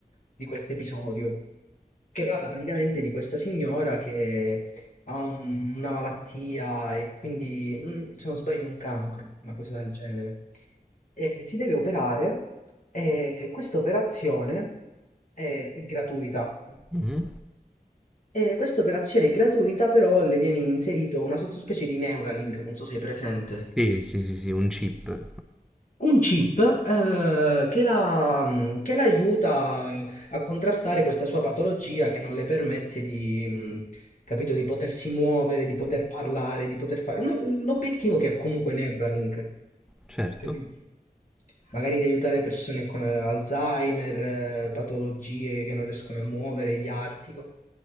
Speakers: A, on the left (about 55°); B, in the centre.
A: di questo episodio che parla praticamente di questa signora che ha un- una malattia e quindi, mm, se non sbaglio, un cancro, una cosa del genere. E si deve operare e questa operazione è, è gratuita.
B: mhm.
A: E questa operazione è gratuita, però le viene inserito una sottospecie di Neuralink, non so se è presente.
B: Sì, sì, sì, sì, un chip.
A: Un chip eh, che la, mh, che la aiuta a contrastare questa sua patologia che non le permette di, mh, capito, di potersi muovere, di poter parlare, di poter fare. Un- L'obiettivo che ha comunque Neuralink,
B: Certo.
A: capito? Magari di aiutare persone con eh, Alzheimer, eh, patologie che non riescono a muovere, gli artico.